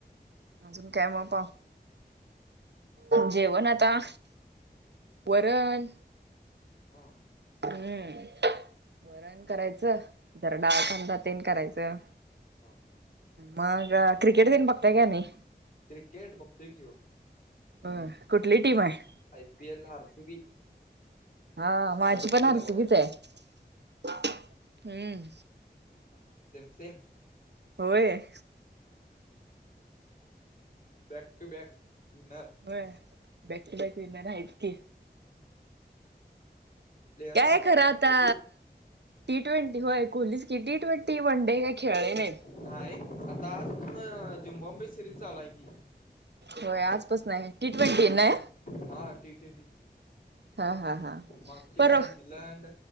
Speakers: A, on the right (about 80°); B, on the left (about 55°).
A: अजून काय मग, पा? जेवण आता वरण.
B: हा.
A: हम्म, वरण करायचं, झरडाखधातन करायचं.
B: हां.
A: मग क्रिकेट तर बघताय का नाही?
B: क्रिकेट बघतोय की हो?
A: हो, कुठली टीम आहे?
B: I P L, R C B.
A: हा, माझी
B: आर सी
A: पण
B: बी
A: आरसीबीच
B: लवर
A: आहे, हम्म.
B: हा, सेम सेम.
A: होय.
B: हां हा. Back to back winner.
A: होय, बॅक टू बॅक विनर आहेचं की.
B: प्लेयर कोणता
A: काय
B: आवडते
A: खरां आता.
B: कोहली
A: टी ट्वेंटी होय, कोहलीच की, टी ट्वेंटी, वन डे काय खेळले नाही?
B: नाही, आता आजपासून झिम्बाब्वे सिरीज चालूय की.
A: होय, आजपासून टी ट्वेंटी ना.
B: हा, टी ट्वेंटी
A: हा हा हा
B: मागचे
A: परवा
B: काय, इंग्लंड?